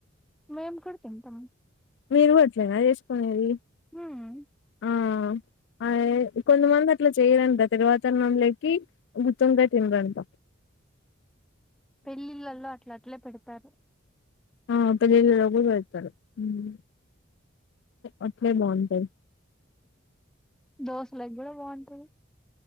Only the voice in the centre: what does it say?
మేంకూడా తింటాం.
మ్మ్
పెళ్ళిళ్ళలో అట్లా ట్ల పెడతారు
దోశ లోకి బాగుంట్ ము